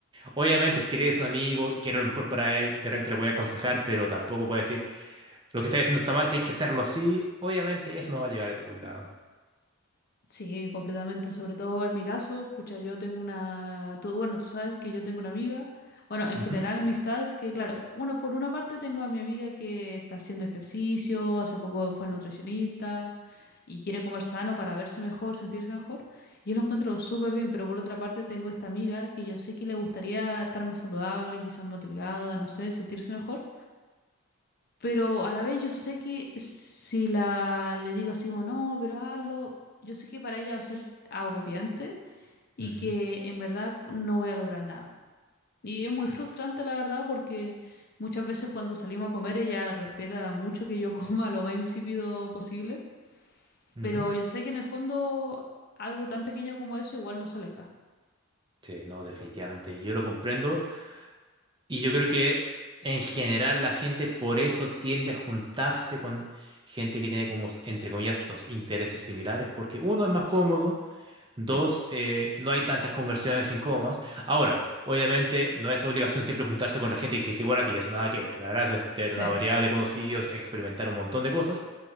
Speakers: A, on the right (about 20°); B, on the left (about 45°).
A: Obviamente, si tienes un amigo, quiero lo mejor para él, de repente le voy a aconsejar, pero tampoco puedo decir, lo que estás haciendo está mal, tienes que hacerlo así. Obviamente, eso no va a llegar a ningún lado.
B: Sí, completamente. Sobre todo en mi caso, pucha, yo tengo una, tú, bueno, tú sabes que yo tengo una amiga, bueno, en
A: Ujú,
B: general amistades que, claro, una por una parte tengo a mi amiga que está haciendo ejercicio, hace poco fue al nutricionista y quiere comer sano para verse mejor, sentirse mejor. Yo lo encuentro súper bien, pero por otra parte tengo esta amiga que yo sé que le gustaría estar más saludable, quizás más delgada, no sé, sentirse mejor. Pero a la vez yo sé que si la le digo así como no, pero hazlo, yo sé que para ella va a ser agobiante y
A: ujú,
B: que en verdad no voy a lograr nada. Y es muy frustrante la verdad porque muchas veces cuando salimos a comer ella respeta mucho que yo <laughs> coma lo más insípido posible,
A: ujú.
B: pero yo sé que en el fondo algo tan pequeño como eso igual no se aleja.
A: Sí, no, definitivamente. y Yo lo comprendo. Y yo creo que en general la gente por eso tiende a juntarse con gente que tiene como, entre comillas, los intereses similares, porque uno es más cómodo Dos,
B: Sí, po.
A: eh, no hay tantas conversiones sin Ahora, obviamente, no es obligación siempre juntarse con la gente que es igual a ti, eso nada que ver. La gracia es tener
B: Sí.
A: una variedad de conocidos, experimentar un montón de cosas,